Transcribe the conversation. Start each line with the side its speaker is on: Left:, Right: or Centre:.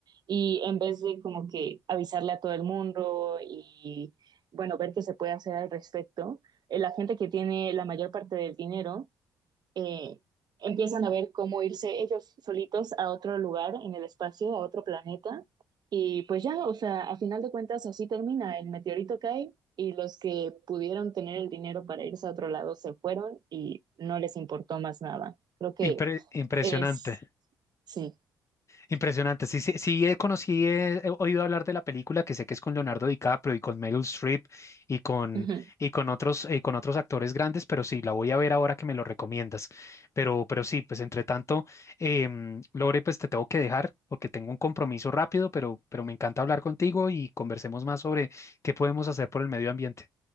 Right: y en vez de como que avisarle a todo el mundo y bueno, ver qué se puede hacer al respecto, eh, la gente que tiene la mayor parte del dinero eh, empiezan a ver cómo irse ellos solitos a otro lugar en el espacio, a otro planeta. Y pues ya, o sea, a final de cuentas así termina, el meteorito cae y los que pudieron tener el dinero para irse a otro lado se fueron y no les importó más nada. Creo que
Left: Impre- impresionante.
Right: es, sí.
Left: Impresionante. Sí, sí, sí, eh, conocí, eh, he oído hablar de la película que sé que es con Leonardo DiCaprio y con Meryl Streep y con,
Right: Ujú.
Left: y con otros, eh, con otros actores grandes, pero sí, la voy a ver ahora que me lo recomiendas. Pero, pero sí, pues entre tanto, em, Lore, pues te tengo que dejar porque tengo un compromiso rápido, pero, pero me encanta hablar contigo y conversemos más sobre qué podemos hacer por el medio ambiente.